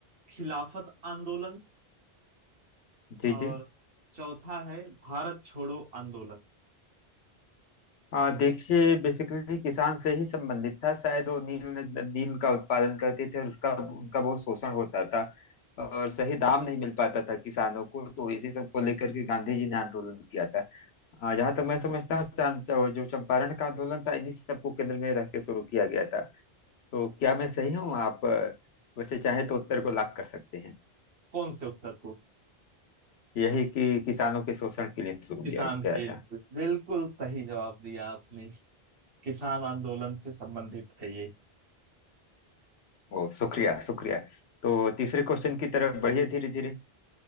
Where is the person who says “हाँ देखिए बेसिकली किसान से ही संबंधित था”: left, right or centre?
Left